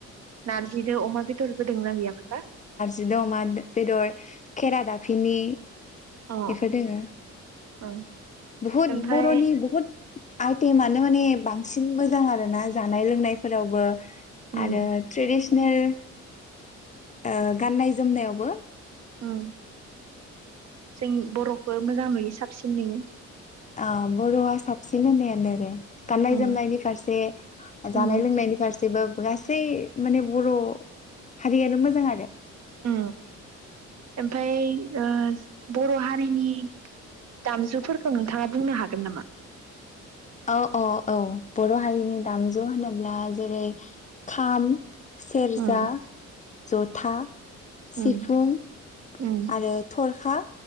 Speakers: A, on the right; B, on the left.
A: नारजि द अमा बिदर थना गैया मोनदा
B: बि दंमा बेदर खेरा दाफिनि
A: अ
B: बेफोर दोङो
A: औ
B: बहुद
A: ओमफ्राय
B: बर'नि बहुद आइत मान मानिे बांसिन बांसिन मोजां आरो ना जानाय लोंनायफोरावबो
A: उम
B: आरो ट्रेदिसनेल बे ओ गाननाय जोमनायावबो
A: उम जों बर'खौ मोजां नुयो साबसिन नुयो
B: ओ बर'आ साबसिन होननायानो रे गाननाय
A: उम
B: जोमनायनि फारसे जानाय
A: उम
B: लोंनायनि फारसेबो गासै माने बर' हारियानो मोजां आरो
A: अ ओमफ्राय बर' हारिनि दामजुफोर नोंथाङा बुंनो हागोन नामा
B: औ औ औ बर' हारि नि दामजु होनोब्ला जेरै खाम सेरजा
A: उम
B: जथा था सिफुं
A: उम उम
B: आरो थरखा